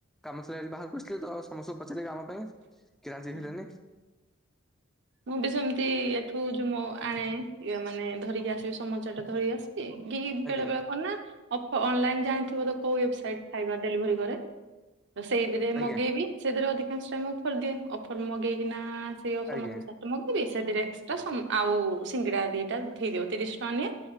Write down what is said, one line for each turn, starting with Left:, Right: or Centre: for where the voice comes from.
Centre: କାମ ସାରି ବାହାରକୁ ଆସିଲି ତ ସମସ୍ତଙ୍କୁ ପଚାରିଲି ଆମ ପାଇଁ କେହି ରାଜି
Right: ହଁ
Centre: ହେଲେନି।
Right: ମୁଁ ବି ସେମିତି ଏଠୁ ଯଉ ମ ଆଣେ ଇଏ ମାନେ ଧରିକି ଆସିବି ସମୋ ଟାଟ୍ ଧରିକି ଆସେ <unintelligible>
Centre: ଆଜ୍ଞା
Right: ବେଳେ ବେଳେ କଣ ନା ଅଫ-ଅନଲାଇନ୍ ଜାଣିଥିବ ତ କଉ ୱେବସାଇଟ୍ ଖାଇବା ଡେଲିଭରି କରେ। ସେଇଥିରେ
Centre: ଆଜ୍ଞା
Right: ମଗେଇବି ସେଇଥିରେ ଅଧିକାଂଶ <unintelligible> ଅଫର୍ ଦିଏ ଅଫର୍ ମଗେଇକିନା <unintelligible>
Centre: ଆଜ୍ଞା
Right: ମଗେଇବି ସେଥିରେ ଏକ୍ସଟ୍ରା ସମ୍-ଆଉ ସିଙ୍ଗିଡା ଦିଟା ଦେଇଦବ ତିରିଶ ଟଙ୍କା ନିଏ